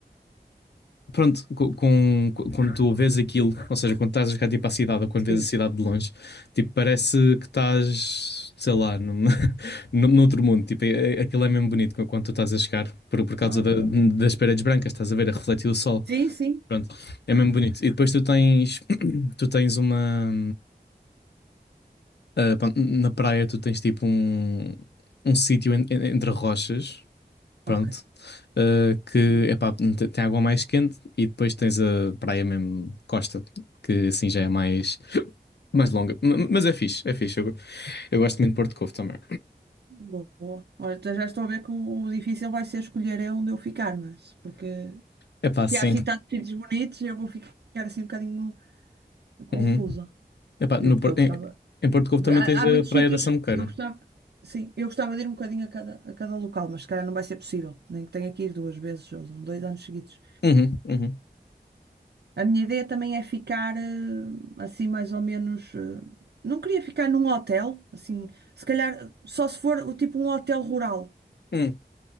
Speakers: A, on the left; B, on the right.
A: pronto, co- com, co- quando tu vês aquilo, ou seja, quando estás a chegar tipo à cidade ou quando
B: Sim.
A: vês a cidade de longe, tipo, parece que estás, sei lá, num, <laughs> num- noutro mundo. Tipo, é- é- aquilo é mesmo bonito qu- quando tu estás a chegar, por, por causa
B: Ah,
A: da-
B: boa.
A: das paredes brancas, estás a ver, a refletir o sol.
B: Sim, sim.
A: Pronto, é mesmo bonito. E depois tu tens, <coughs> <clears throat> tu tens uma, ah, pá, na praia tu tens tipo um, um sítio en- en- entre rochas. Pronto.
B: Ok.
A: Uh, que
B: Boa.
A: epá, te- tem água mais quente e depois tens a praia mesmo Costa, que assim já é mais, mais longa. M- Mas é fixe, é fixe. Eu, go- eu gosto muito de Porto Covo também.
B: boa. Olha, então já estou a ver que o difícil vai ser escolher é onde eu ficar, mas porque
A: Epá, sim.
B: se há assim tantos sítios bonitos, eu vou ficar assim um bocadinho confusa.
A: Uhum. Epá,
B: Eu,
A: no,
B: porque
A: Por-
B: eu gostava.
A: em, em Porto Covo também
B: Há,
A: tens
B: há
A: a
B: muitos
A: praia
B: sítios,
A: da Samuqueira.
B: eu gostava. Sim, eu gostava de ir um bocadinho a cada, a cada local, mas se calhar não vai ser possível. Nem que tenha que ir duas vezes ou dois anos seguidos.
A: Uhum, uhum.
B: A minha ideia também é ficar eh, assim mais ou menos. eh, Não queria ficar num hotel, assim, se calhar eh, só se for o tipo um hotel rural.
A: Hum,